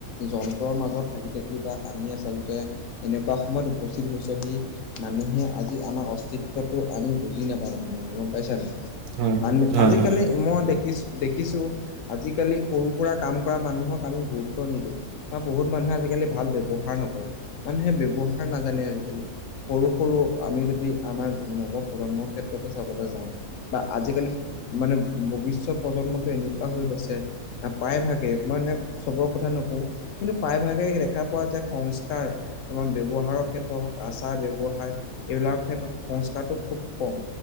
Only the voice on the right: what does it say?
হয়
হয়
হয় হয়